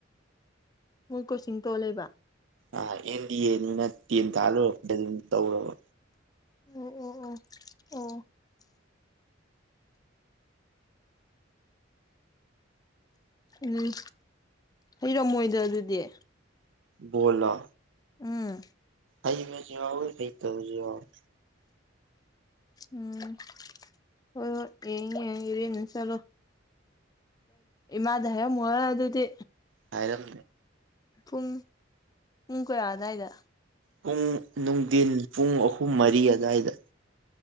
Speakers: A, on the left; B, on the right.
A: ꯃꯣꯏ ꯀꯣꯆꯤꯡ ꯇꯣ ꯂꯩꯦꯕ
B: ꯑꯥ ꯑꯦꯟ ꯗꯤ ꯑꯦ ꯅꯤꯅ ꯇꯦꯟ ꯇꯥ ꯂꯣꯏꯔꯛꯄꯗ ꯑꯗꯨꯝ ꯇꯧꯔꯕ
A: ꯎꯝ ꯑꯣ ꯑꯣ ꯑꯣ ꯎꯝ ꯍꯩꯔꯣ ꯃꯣꯏꯗ ꯑꯗꯨꯗꯤ
B: ꯕꯣꯂ
A: ꯎꯝ
B: ꯍꯩꯕꯁꯨ ꯌꯥꯎꯌꯤ ꯍꯩꯇꯕꯁꯨ ꯌꯥꯎꯌꯤ
A: ꯎꯝ ꯍꯣꯏ ꯍꯣꯏ ꯌꯦꯡꯉ ꯌꯦꯡꯉ ꯏꯔꯦꯟꯖꯅ ꯆꯠꯂꯣ ꯏꯃꯥꯗ ꯍꯥꯏꯔꯝꯃꯨꯍꯦ ꯑꯗꯨꯗꯤ
B: ꯍꯥꯏꯔꯝ
A: ꯄꯨꯡ ꯄꯨꯡ ꯀꯌꯥ ꯑꯗꯥꯏꯗ
B: ꯄꯨꯡ ꯅꯨꯡꯊꯤꯟ ꯄꯨꯡ ꯑꯍꯨꯝ ꯃꯔꯤ ꯑꯗꯨꯋꯥꯏꯗ